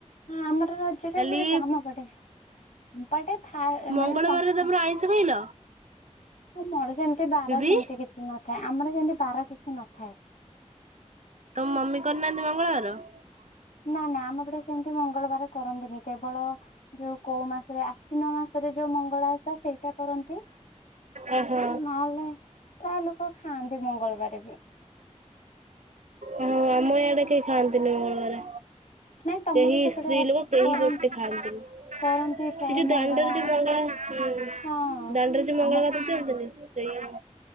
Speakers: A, on the left; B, on the right.
A: ଆମର ରଜରେ
B: କାଲି
A: ହୁଏ ତ ଆମପଟେମାନେ
B: ମଙ୍ଗଳବାରରେ
A: ଶଙ୍ଖା
B: ତମର ଆଇଁଷ ଖାଇଲ
A: ମର। ଏତେ ବାର
B: ଦିଦି
A: ସେମିତି କିଛି ନଥାଏ ଆମର ଯେମିତି ବାର କିଛି ନଥାଏ। ଥାଏଁ।
B: ତମ ମମି କରିନାହାନ୍ତି <unintelligible>
A: ନା ନା ଆମପଟେ ସେମିତି ନାଇ ମଙ୍ଗଳବାର କରନ୍ତିନି କେବଳ ଯୋଉ କୋଉ ମାସରେ ଆଶ୍ଵିନ ମାସରେ ଯୋଉ ମଙ୍ଗଳ ଓଷା ସେଇଟା କରନ୍ତି
B: ଓହୋ
A: ନହେଲେ ପ୍ରାୟ ଲୋକ ଖାଆନ୍ତି ମଙ୍ଗଳବାର ବି।
B: ଓ ହୋ ଆମ ଇଆଡେ କେହି ଖାଆନ୍ତିନି ମଙ୍ଗଳବାରେ।
A: ନାଇଁ ତମର
B: କେହି
A: ସେପଟେ
B: ସ୍ତ୍ରୀ ଲୋକ କେହି
A: କରନ୍ତି।
B: ଗୋଟେ ଖାଆନ୍ତିନି
A: କରନ୍ତି ପ୍ରାୟ
B: ସେ ଯୋଉ
A: ମଙ୍ଗଳା
B: ଦାଣ୍ଡରେ ଯୋଉ ମଙ୍ଗଳା
A: ହଁ
B: ଦାଣ୍ଡରେ ଯୋଉ ମଙ୍ଗଳା
A: ଆମ
B: କଥା ଶଥିଲେ। ସେଇୟା।